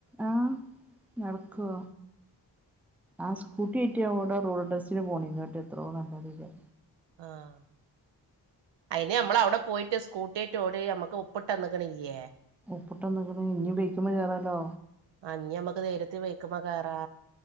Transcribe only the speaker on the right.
ആഹ് അയിന് നമ്മള അവിടെ പോയിട്ട് സ്കൂട്ടിട്ട് ഓടി നമ്മുക്ക് ഒപ്പിട്ട്തന്നക്കണില്ലയേ!
ആഹ് ഇനി നമ്മക്ക് നേരത്തെ ബയ്ക്കുമ്പോ കേറാ